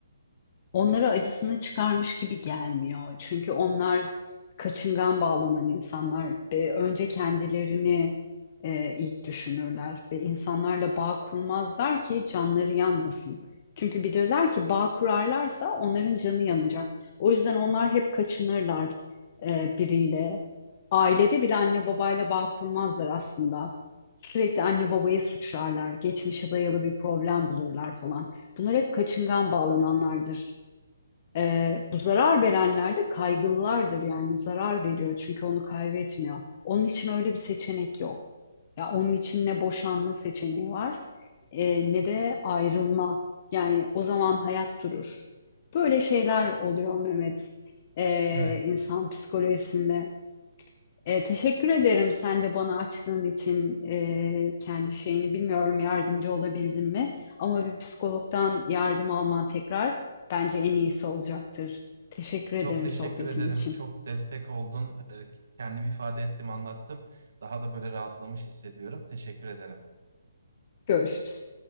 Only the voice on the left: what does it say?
onlara acısını çıkarmış gibi gelmiyor. Çünkü onlar kaçıngan bağlanan insanlar ve önce kendilerini e, ilk düşünürler ve insanlarla bağ kurmazlar ki canları yanmasın. Çünkü bilirler ki bağ kurarlarsa onların canı yanacak. O yüzden onlar hep kaçınırlar e, biriyle. Ailede bile anne babayla bağ kurmazlar aslında. Sürekli anne babaya suçlarlar, geçmişe dayalı bir problem bulurlar falan. Bunlar hep kaçıngan bağlananlardır. Ee, bu zarar verenler de kaygılılardır yani zarar veriyor çünkü onu kaybetmiyor. Onun için öyle bir seçenek yok. Ya onun için ne boşanma seçeneği var, e, ne de ayrılma. Yani o zaman hayat durur. Böyle şeyler oluyor Mehmet, e,
insan psikolojisinde. E, teşekkür ederim sen de bana açtığın için e, kendi şeyini bilmiyorum yardımcı olabildim mi? Ama bir psikologdan yardım alman tekrar bence en iyisi olacaktır. Teşekkür ederim
sohbetin
için.
Görüşürüz.